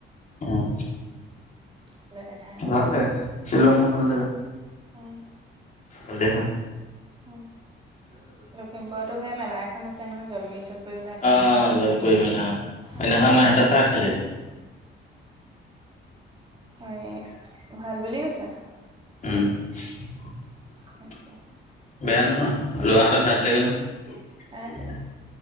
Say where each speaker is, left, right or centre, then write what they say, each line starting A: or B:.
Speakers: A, on the left (about 40°); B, on the right (about 25°).
A: উম,
B: বোলে দেখাই নাই
A: ভাল জেগা, শ্বিলং ও ভাল জেগা!
B: উম!
A: হ'লে হ'ল।
B: উম, লখিমপুৰতো হে মেলা এখন আছে নহয়, জলপৰি-চলপৰি <unintelligible>
A: অ জল কৰি মেলা অ
B: উম,
A: সেইদিনাখন আমাৰ এটা চাই আছিলেগে
B: হয়! ভাল বুলি কৈছে!
A: উম! <unintelligible>
B: খাই
A: বেয়া নহয়, ল'ৰা এটা চাইছিলেগে নহয়।
B: আছিলে
A: <inaudible>